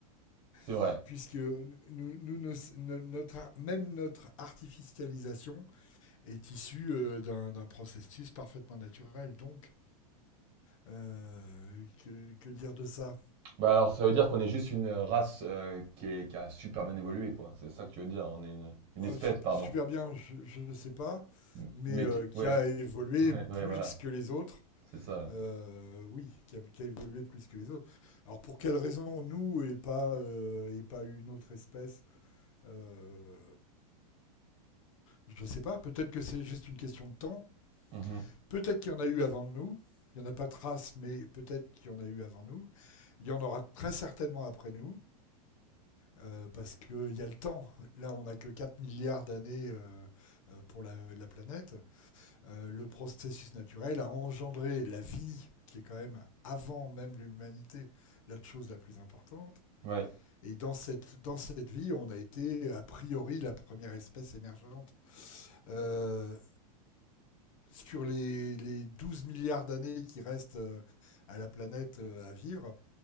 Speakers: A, on the right (about 30°); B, on the left (about 55°).
A: C'est vrai.
B: <laughs> puisque nous, nous, nos- no- notre, ar- même notre artificialisation est issue euh, d'un, d'un processus parfaitement naturel. Donc euh, que, que dire de ça?
A: Bah alors ça veut dire qu'on est juste une race euh, qui est- qui a super bien évolué, quoi. C'est ça que tu veux dire, on est une, une
B: euh,
A: espèce,
B: sup-
A: pardon.
B: super bien, je ne sais pas,
A: M-
B: mais
A: Mais
B: euh,
A: qui-
B: qui
A: ouais,
B: a évolué
A: <laughs> ouais,
B: plus
A: ouais, voilà,
B: que les autres.
A: c'est ça.
B: Euh, oui, qui a, qui a évolué plus que les autres. Alors pour quelle raison nous et pas euh, et pas une autre espèce euh, Je sais pas. Peut-être que c'est juste une question de temps.
A: ouais. Mhm.
B: Peut-être qu'il y en a eu avant nous. Il n'y en a pas trace, mais peut-être qu'il y en a eu avant nous. Il y en aura très certainement après nous. euh, parce qu'il y a le temps. Là, on n'a que 4 milliards d'années euh, euh, pour la, la planète. euh, le processus naturel a engendré la vie, qui est quand même, avant même l'humanité, la chose la plus importante.
A: Ouais,
B: Et dans cette, dans cette vie, on a été, a priori, la première espèce émergente. Euh, sur les, les 12 milliards d'années qui restent euh, à la planète euh, à vivre,